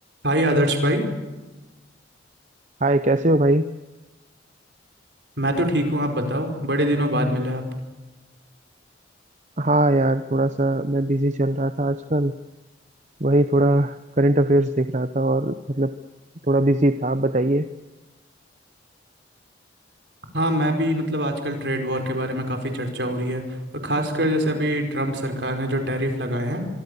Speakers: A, on the right; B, on the right.
A: हाय आदर्श भाई
B: हाय कैसे हो भाई
A: मैं तो ठीक हूँ आप बताओ बड़े दिनों बाद मिले आप
B: हाँ यार थोड़ा सा मैं बिजी चल रहा था आजकल वही थोड़ा करंट अफेयर्स देख रहा था और मतलब थोड़ा बिजी था आप बताइए
A: हाँ मैं भी मतलब आजकल ट्रेड वॉर के बारे में काफ़ी चर्चा हो रही है और खासकर जैसे अभी ट्रम्प सरकार ने जो टैरिफ लगाए हैं